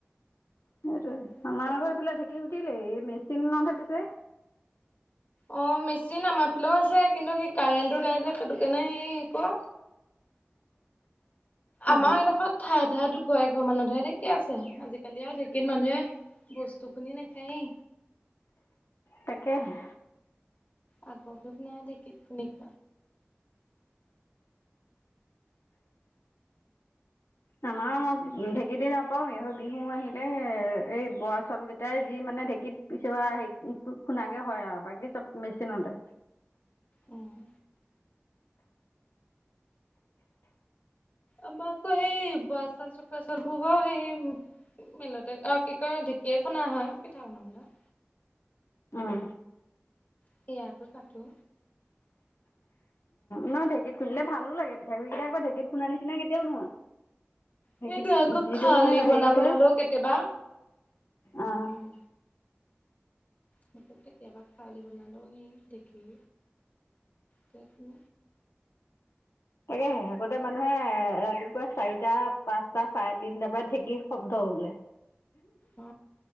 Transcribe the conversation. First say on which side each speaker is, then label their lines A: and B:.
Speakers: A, on the left; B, on the left.
A: সেইটোয়ে।
B: কাৰণে
A: আমাৰ আক এইফালে ঢেঁকী উঠিলেই মেচিন পিছে।
B: অ মেচিন আমাৰ ফালেও আছে কিন্তু সেই কাৰেণ্টটো নাই যে সেইটোকাৰনে সেই আকো।
A: <inaudible>
B: আমাৰ
A: অ
B: এডোখৰ ঠায়ে ঠায়ে টো কৰে। ঘৰ মানে ঢেকি আছে। আজিকালি আৰু ঢেকিত মানুহে বস্তু খুন্দি নেখায়েই।
A: তাকেহে।
B: আগক নাই দেখি খুন্দিব।
A: আমাৰ মোক
B: এতিয়া
A: ঢেকী দি নাপাওঁ এইহত। বিহু আহিলে এই বৰা চলকেইটাই যি মানে ঢেঁকীত পিছোৱা হেৰি খুন্দাকে হয়। বাকী চব মেচিনতে।
B: উম। আমাৰটো সেই বৰা চাউল ছ চাল বুৱাও সেই। <unintelligible> মিলতে অ কি কয় ঢেকীয়ে খুন্দা হয় পিঠা বনাবলে।
A: উম।
B: সেইয়া কথাটো।
A: মই ঢেঁকীত খুন্দিলে ভাল লাগে পিঠাগুৰি কেইটা যে ঢেঁকীত খুন্দিলে নিচিনা কেতিয়াও নহয়। ঢেঁকীত
B: সেইটো আকৌ
A: যিটো
B: খালি
A: মানে হেৰি
B: বনাবলৈ
A: উঠে
B: হ'লেও কেতিয়াবা।
A: অ
B: উম। মো কেতিয়াবা খালি বনালোহি দেখিহ কেখোন।
A: তাকেহে হেবোতে মানুহে ৰাতিপুৱা চাৰিটা পাঁচটা চাৰে তিনিটাৰ পৰা ঢেঁকী শব্দ। ক বোলে।
B: অ